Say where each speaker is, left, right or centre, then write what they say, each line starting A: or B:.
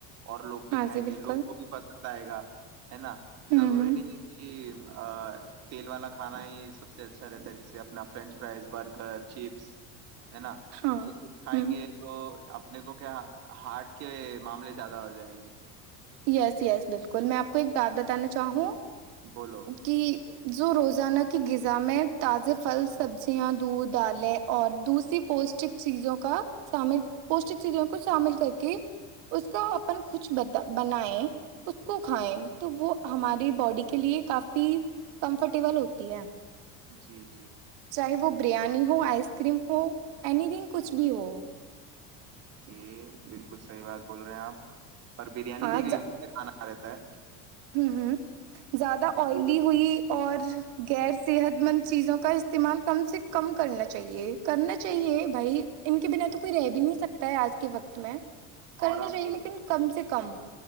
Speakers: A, on the right; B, on the right.
A: اور لوگ بھی
B: ہاں
A: کھائیں
B: جی
A: گے
B: بالکل
A: لوگ کو بھی پسند آئے گا ہے نا
B: ہوں
A: ضروری
B: ہوں
A: نہیں ہے کہ یہ تیل والا کھانا ہی سب سب سے اچھا رہتا ہے جیسے اپنا فرینچ فرائز برگر چپس ہے نا
B: ہاں
A: یہ سب کھائیں
B: ہوں
A: گے تو اپنے کو کیا ہارٹ کے معاملے زیادہ ہو جائیں گے
B: یس یس بالکل میں آپ کو ایک بات بتانا چاہوں
A: بولو
B: کہ جو روزانہ کی غذا میں تازے پھل سبزیاں دودھ دالیں اور دوسری پوشٹک چیزوں کا شامل پوشٹک چیزوں کو شامل کر کے اس کا اپن کچھ بدا بنیں کچھ کو کھائے تو وہ ہماری باڈی کے لیے کافی کمفرٹیبل ہوتی ہے
A: جی جی
B: چاہے وہ بریانی ہو آئس کریم ہو اینی تھنگ کچھ بھی ہو
A: ج بالکل صحیح بات بول رہے ہیں آپ پر بریانی
B: ہاں
A: بھی اگلیھانا رہتا ہے
B: ہوں ہوں زیادہ
A: کیونکہ
B: آئلی ہوئی اور غیر صحت مند چیزوں کا استعمال کم سے کم کرنا چاہیے کرنا چاہیے بھائی ان کے بنا تو کوئی رہ بھی نہیں سکتا ہے آج کے وقت میں کرنے
A: اور آپ
B: چاہیے
A: کو
B: لیکن کم سے ک کم